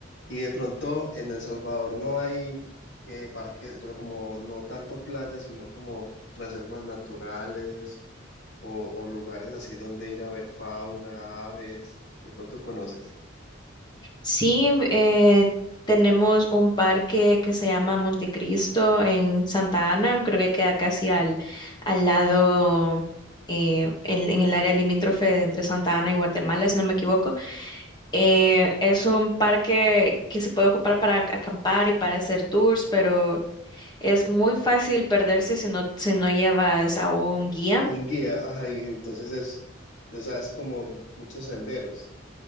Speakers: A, on the left (about 60°); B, on the left (about 20°).
A: Y de pronto en El Salvador no hay eh, parques, como no tanto playas, sino como reservas naturales o, o lugares así donde ir a ver fauna, aves. De pronto conoces.
B: sí, eh, tenemos un parque que se llama Montecristo en Santa Ana, creo que queda casi al, al lado, eh, en, en el área limítrofe de entre Santa Ana y Guatemala, si no me equivoco. Eh, es un parque que se puede ocupar para acampar y para hacer tours, pero... Es muy fácil perderse si no, si no llevas a un guía
A: Un guía, ajá, y entonces es, o sea, es como muchos senderos.